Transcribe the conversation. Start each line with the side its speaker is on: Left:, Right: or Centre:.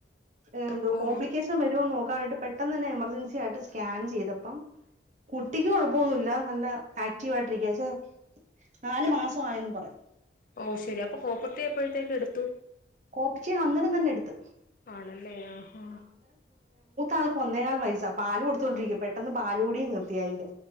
Right: എന്തോ
Left: ഓ
Right: കോംപ്ലിക്കേഷൻ വരുമന്ന് നോക്കാനട്ട് പെട്ടെന്ന് തന്നെ എമർജൻസി ആയിട്ട് സ്കാൻ ചെയ്തപ്പം കുട്ടിക്കക്ക് കുഴപ്പമൊന്നുമല്ല നല്ല ആക്റ്റീവ ആയിട്ടിരിക്കയ പക്ഷെ നാലു മസായിന്ന് പറഞ്ഞു
Left: ഓ ശെരി അപ്പൊ കോപ്പർട്ടി എപ്പോഴത്തേക്ക് എടുത്തു
Right: കോപ്റേറ്റീവ് അന്നേരം ആ <unintelligible> ഇത്തെ
Left: ആണല്ലേ ആഹാ
Right: ആൾക്ക് ഒന്നേക്കൽ വയസ്സാ പാൽ കൊടുത്തോണ്ടിരിക്ക പെട്ടെന്ന് പാൽ കൂടി നിർത്തിയത്